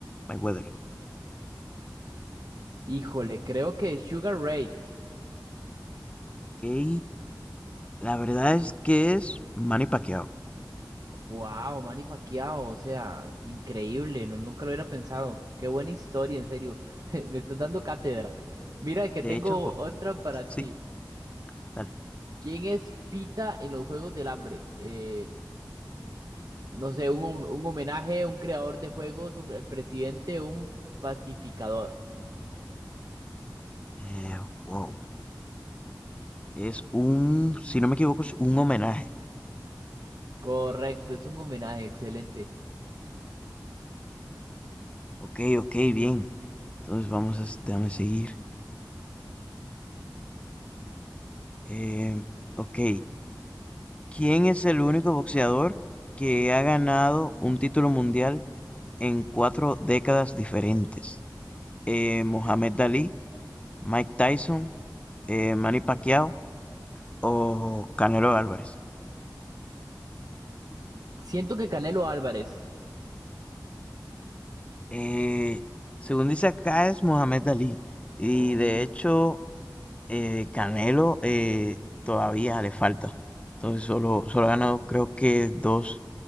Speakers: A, on the left; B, on the right.
A: Mayweather.
B: Híjole, creo que Sugar Ray.
A: Que la verdad es que es Manny Pacquiao.
B: Wow, Manny Pacquiao, o sea, increíble, no, nunca lo hubiera pensado. Qué buena historia, en serio. <laughs> Me estás dando cátedra. Mira que
A: De
B: tengo
A: hecho, po-
B: otra para
A: sí,
B: ti.
A: dale.
B: ¿Quién es Pita en los Juegos del Hambre? Eh, no sé, un, hom- un homenaje, un creador de juegos, un el presidente, un pacificador.
A: Eh, wow. Es un, si no me equivoco, es un homenaje.
B: Correcto, es un homenaje, excelente.
A: Ok, ok, bien. Entonces vamos a, s- déjame seguir. Eh, ok. ¿Quién es el único boxeador que ha ganado un título mundial en cuatro décadas diferentes? Eh, Mohamed Ali. Mike Tyson, eh, Manny Pacquiao o Canelo Álvarez.
B: Siento que Canelo Álvarez.
A: Eh, según dice acá es Mohamed Ali y
B: Ok.
A: de hecho eh, Canelo eh, todavía le falta. Entonces solo, solo ha ganado creo que dos